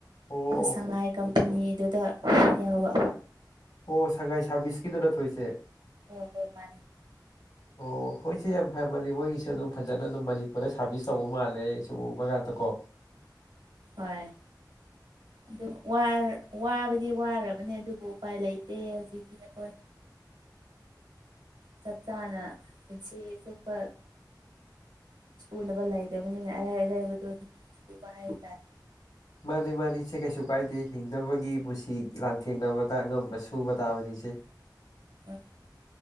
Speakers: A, on the left; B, on the right.
A: ꯑꯣ
B: ꯁꯉꯥꯏꯒꯝ ꯑꯅꯤꯗꯨꯗ ꯌꯥꯎꯕ
A: ꯑꯣ ꯁꯉꯥꯏ ꯁꯥꯔꯚꯤꯁꯁꯀꯤꯗꯨ ꯅꯠꯇꯣꯏꯁꯦ
B: ꯍꯗꯣꯏ ꯃꯥ
A: ꯑꯣ ꯍꯣꯏꯁꯦ ꯌꯥꯝ ꯐ ꯃꯥꯅꯤ ꯃꯣꯏꯒꯤꯁꯨ ꯑꯗꯨꯝ ꯐꯖꯅ ꯑꯗꯨꯝ ꯃꯅꯤꯄꯨꯔ ꯁꯥꯔꯚꯤꯁ ꯇꯧꯕ ꯃꯥꯜꯂꯦ ꯁꯨꯝ ꯎꯕ ꯀꯥꯟꯗ ꯀꯣ
B: ꯍꯣꯏ
A: <inaudible>
B: ꯑꯗꯨ ꯋꯥꯕꯗꯤ ꯋꯥꯔꯕꯅꯦ ꯑꯗꯨꯕꯨ ꯎꯄꯥꯏ ꯂꯩꯇꯦ ꯍꯧꯖꯤꯛꯇꯤ ꯑꯩꯈꯣꯏ ꯆꯞ ꯆꯥꯅ ꯄꯨꯟꯁꯤ ꯑꯆꯨꯞꯄ ꯁ꯭ꯀꯨꯜꯕ ꯂꯩꯗꯕꯅꯤꯅꯦ ꯑꯔꯥꯏ ꯑꯔꯥꯏꯕꯗꯣ ꯑꯗꯨꯝ ꯁꯨꯕ ꯍꯥꯏꯇꯥꯔꯦ
A: ꯃꯥꯅꯤ ꯃꯥꯅꯤꯁꯦ ꯀꯩꯁꯨ ꯀꯥꯏꯗꯦ ꯍꯤꯡꯅꯕꯒꯤ ꯄꯨꯟꯁꯤ ꯂꯥꯟꯊꯦꯡꯅꯕꯗ ꯑꯉꯝꯕ ꯁꯨꯕ ꯇꯥꯕꯅꯤꯅ ꯁꯦ
B: ꯑ